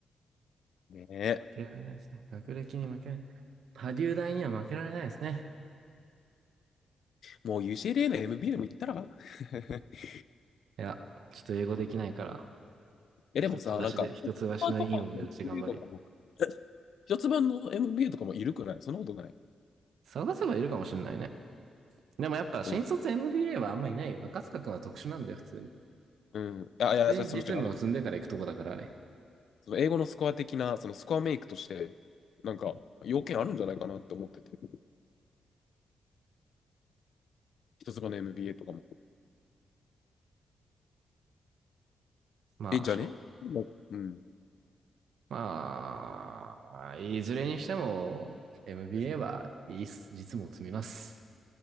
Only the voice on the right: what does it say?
負けられないですね。学歴に負けない。波竜大には負けられないですね。
いや、ちょっと英語できないから、
一橋で、
一橋の委員を目指して頑張る
探せばいるかもしれないね。でもやっぱ新卒
MBA はあんまいないよ。若塚くんは特殊なんだよ、普通に。
普通に実務を積んでから行くとこだからあれ。
まあ、
しょ
まあ、いずれにしても MBA はいいっす実務を積みます。